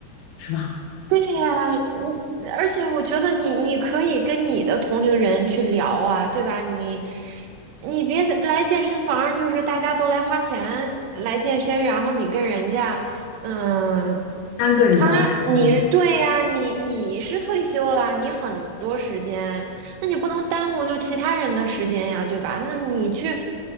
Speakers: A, on the left (about 80°); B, on the right (about 80°).
A: 是吧？
B: 对呀，嗯，而且我觉得你你可以跟你的同龄人去聊啊，对吧？你你别来健身房，就是大家都来花钱来健身，然后你跟人家，嗯，
A: 单个人交的时间
B: 他你对呀，你你是退休了，你很多时间，那你不能耽误就其他人的时间呀，对吧？那你去，